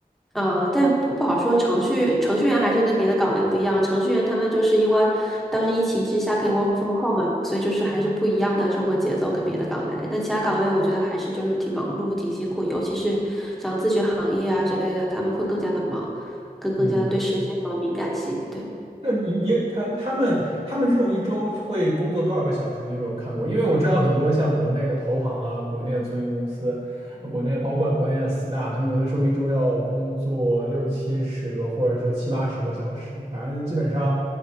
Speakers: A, in the centre; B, on the right.
A: 呃，但不不好说，程序程序员还是跟别的岗位不一样，程序员他们就是因为当时疫情之下可以 work from home 嘛，所以就是还是不一样的生活节奏跟别的岗位，但其他岗位我觉得还是就是挺忙碌、挺辛苦，尤其是像咨询行业啊之类的，他们会更加的忙。更更加的对时间有敏感性。
B: 嗯。
A: 对，
B: <laughs> 那你你他他们他们这种一周会工作多少个小时？你有没有看过？因为我知道很多像国内的投行啊，国内的咨询公司，呃国内包括国内的四大，他们有的时候一周要工作六七十个，或者说七八十个小时，反正基本上，